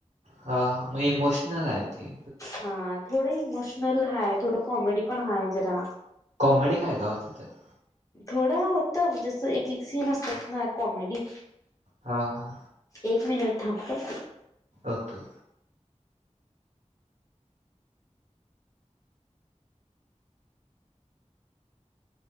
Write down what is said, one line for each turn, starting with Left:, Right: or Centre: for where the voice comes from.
Right: हा म इमोशनल आय ते.
Left: हा थोडं इमोशनल हाय थोडं कॉमेडी पण हाय जरा.
Right: कॉमेडी काय काय होत त्यात?
Left: थोडं होतं म्हणजे असं एक एक सीन असतात ना कॉमेडी.
Right: हा हा.
Left: एक मिनट थांब काय.
Right: ओके.